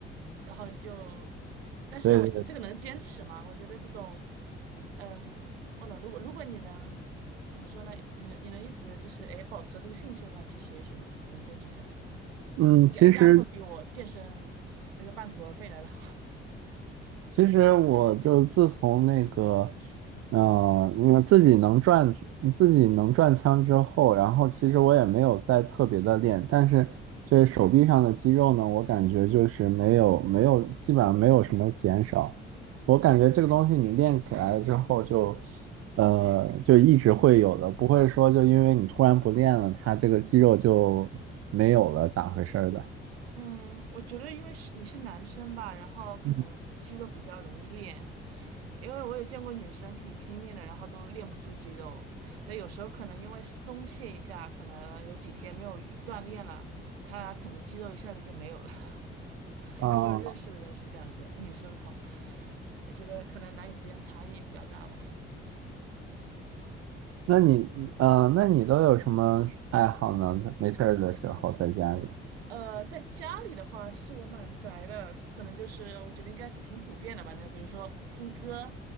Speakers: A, on the right; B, on the right.
A: 然后你就，但是我你这个能坚持吗？
B: 对对对，
A: 我觉得这种，嗯，忘了，如果如果你能怎么说呢？你能你能一直就是哎保持这个兴趣的话，其实也许能能坚持下去，
B: 嗯，
A: 应该应该会比我健身那个半途而废来的好。
B: 其实。其实我就自从那个，呃，我自己能转嗯自己能转枪之后，然后其实我也没有再特别的练，但是这手臂上的肌肉呢，我感觉就是没有没有基本上没有什么减少。我感觉这个东西你练起来了之后就，呃，就一直会有的，不会说就因为你突然不练了，它这个肌肉就没有了，咋回事儿的？
A: 嗯，我觉得因为是你是男生吧，然后可能肌肉比较容易练，
B: 嗯
A: 因为我也见过女生挺拼命的，然后都练不出肌肉。但有时候可能因为松懈一下，可能有几天没有运锻炼了，她可能肌肉一下子就没有了。<laughs>
B: 啊。
A: 因为我有认识的人是这样子，女生哈，我觉得可能男女之间差异比较大吧。
B: 那你，嗯、那你都有什么爱好呢？没事儿的时候在家里，
A: 呃，在家里的话，其实我蛮宅的，可能就是我觉得应该是挺普遍的吧。那比如说听歌，